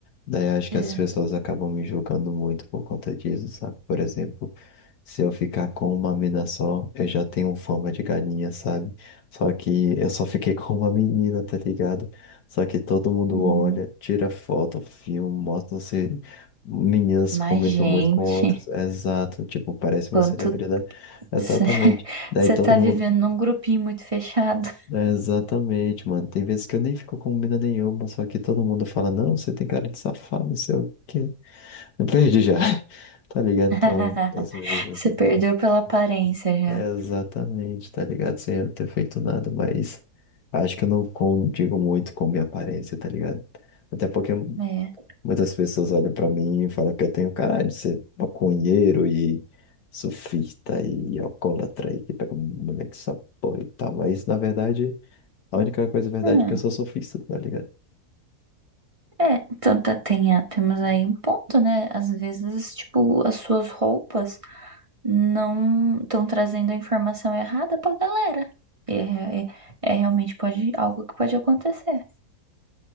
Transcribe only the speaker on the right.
É.
Hum,
Mas,
gente,
quanto
<laughs>
você
tá
vivendo num grupinho muito fechado.
<laughs>
Você perdeu
pela aparência já.
É.
Ah,
é, então tá, tem, a- temos aí um ponto, né? Às vezes, tipo, as suas roupas não estão trazendo a informação errada pra galera. É, é, é realmente pode, algo que pode acontecer.